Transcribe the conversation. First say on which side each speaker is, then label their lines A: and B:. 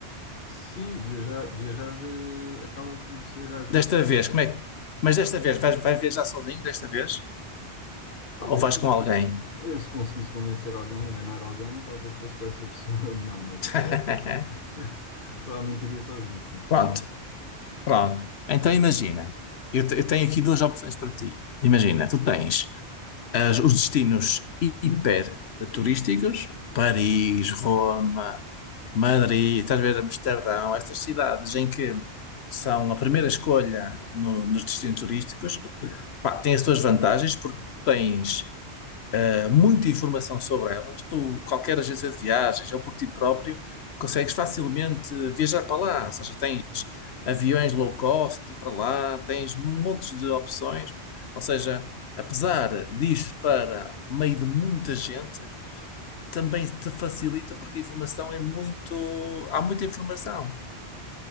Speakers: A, on the left (about 50°); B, on the left (about 65°).
A: Sim, viajar, viajar eh, acaba por ser às vezes
B: Desta vez, como é? que- Mas desta vez, vais, vais viajar sozinho desta vez?
A: Talvez
B: Ou vais
A: fosse.
B: com alguém?
A: Eu, se conseguisse convencer alguém, enganar alguém, talvez fosse com essa pessoa. <laughs> Não, mas
B: <laughs>
A: a falar. <laughs> Provavelmente iria sozinho, sim,
B: Pronto,
A: também.
B: pronto. Então imagina, eu, te- eu tenho aqui duas opções para ti. Imagina, tu tens as- os destinos hiper turísticos, Paris, Roma, Madrid, estás a ver Amsterdão, estas cidades em que são a primeira escolha no- nos destinos turísticos, pá, têm as suas vantagens porque tens eh, muita informação sobre elas. Tu, qualquer agência de viagens ou por ti próprio, consegues facilmente viajar para lá, ou seja, tens aviões low cost para lá, tens montes de opções. Ou seja, apesar de para meio de muita gente, também te facilita porque a informação é muito. Há muita informação.